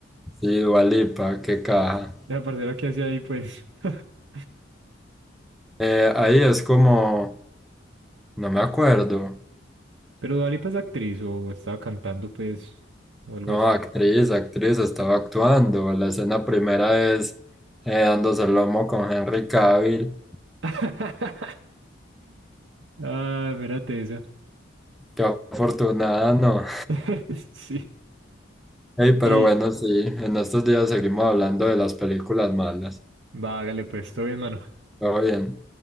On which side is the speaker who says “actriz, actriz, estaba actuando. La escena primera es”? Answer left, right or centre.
Centre